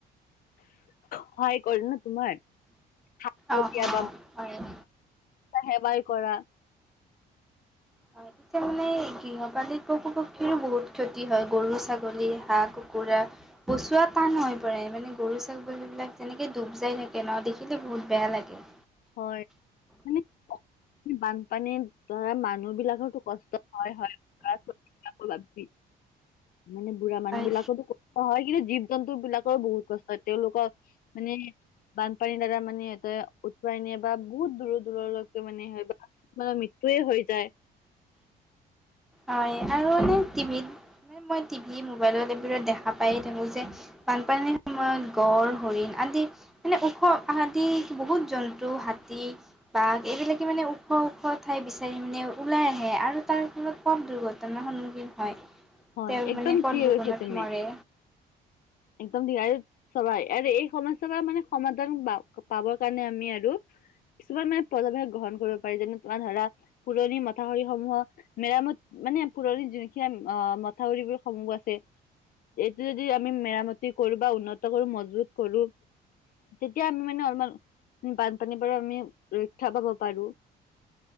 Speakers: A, on the left; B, in the centre.
A: সহায় কৰিল ন তোমাৰ। <unintelligible>
B: অ' অ' হয়।
A: সেৱাই কৰা।
B: <unintelligible> গৃহপালিত পশু পক্ষীৰো বহুত ক্ষতি হয় গৰু ছাগলী হাঁহ কুকুৰা। বচোৱা টান হৈ পৰে মানে গৰু ছাগলীবিলাক যেনেকে ডুব যাই থাকে ন দেখিলে বহুত বেয়া লাগে।
A: হয়, মানে অ। বানপানী ধৰা মানুহ বিলাকৰো কষ্ট হয় হয়। যাব লাগবি। মানে বুঢ়া মানুহ
B: হয়
A: বিলাকতো- অ হয় কিন্তু জীৱ জন্তু বিলাকৰ বহুত কষ্ট হয় তেওঁলোকক মানে- বানপানীৰ দ্বাৰা মানে এটা উটোৱাই নিয়ে বা বহুত দূৰৰ দূৰলৈকে মানে সিহঁতৰ- বা মৃত্যুয়ে হৈ যায়।
B: হয় আৰু মানে টিভিত মানে মই টিভি মোবাইলত এইবোৰত দেখা পায় থাকোঁ যে, - বানপানীৰ সময়ত গড়ঁ হৰিণ আদি- মানে ওখ তাহাতি বহুত জন্তু হাতী- বাঘ এইবিলাকে মানে ওখ ওখ ঠাই বিচাৰি মানে ওলাই আহে আৰু তাৰ ফলত- পথ দুৰ্ঘটনাৰ সন্মুখীন হয়।
A: হয়
B: তেওঁ
A: একদম
B: মানে পথ
A: ঠিক
B: দুৰ্ঘটনাত
A: কৈছা তুমি
B: মৰে।
A: একদম দিয়াৰো- চলাই আৰু এই সমস্যাৰ মানে সমাধান বা পাবৰ কাৰণে আমি আৰু- কিছুমান মানে পজনে গ্ৰহণ কৰিব পাৰি যেনে তোমাৰ ধৰা, পুৰণি মথাউৰি সমূহক- মেৰামত মানে পুৰণি যোনখিনি আ মথাউৰিবোৰ সমূহ আছে। এইটো যদি আমি মেৰামতি কৰোঁ বা উন্নত কৰি মজবুত কৰোঁ- তেতিয়া আমি মানে অলপমান- বানপানী পৰা আমি ৰক্ষা পাব পাৰোঁ।